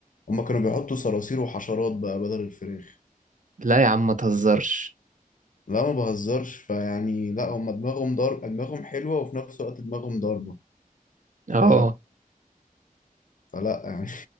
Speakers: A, on the left; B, on the right.
A: هما كانوا بيحطوا صراصير وحشرات بقى بدل الفراخ
B: لا يا عم ما تهزرش
A: لا ما بهزرش فيعني لا هما دماغهم ضرب دماغهم حلوة وفي نفس الوقت دماغهم ضاربة
B: اه آه.
A: ف... فلا يعني